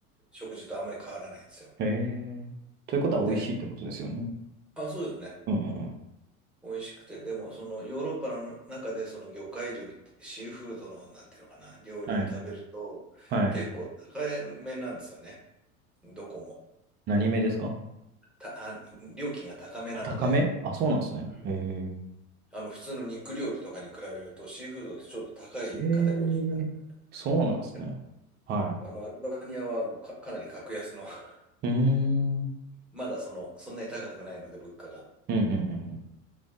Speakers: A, in the centre; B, on the right.
A: 食事とあんまり変わらないんですよ。
B: ええーということは美味しいってことですよね。
A: で、あ、そうですね。
B: うんうんうん。
A: 美味しくて、でもそのヨーロッパの中でその魚介類シーフードのなんていうのかな、料理を食べると結構高めなんですよね。
B: はい。はい。
A: どこも。
B: 何目ですか
A: た、あ、料金が高めなので、
B: あ、高めあ、そうなんですね。
A: うん。
B: ええ
A: あの普通の肉料理とかに比べるとシーフードってちょっと高いカテゴリーになる。
B: ーええーそうなんですね。
A: でも
B: は
A: あのアルバニアはもうか、かなり格安の <laughs>
B: い。うーん。うん
A: まだその、そんなに高くないので物価が。
B: うんうん